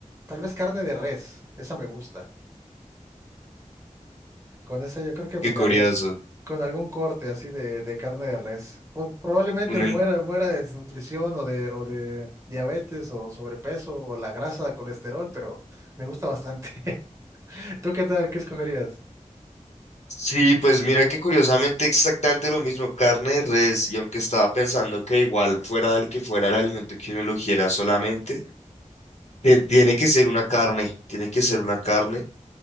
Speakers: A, on the right; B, on the left.
A: tal vez carne de res, esa me gusta. Con esa yo creo que me
B: Qué
A: quedaría
B: curioso.
A: con algún corte así de, de carne de res. Po- probablemente
B: Un
A: muera,
B: en-
A: muera de desnutrición o de, o de diabetes o sobrepeso o la grasa, colesterol, pero me gusta bastante. <laughs> ¿Tú qué tal? ¿Qué escogerías?
B: Sí, pues mira que curiosamente exactamente lo mismo, carne de res, y aunque estaba pensando que igual fuera el que fuera el alimento que uno eligiera solamente. Tie- Tiene que ser una carne, tiene que ser una carne,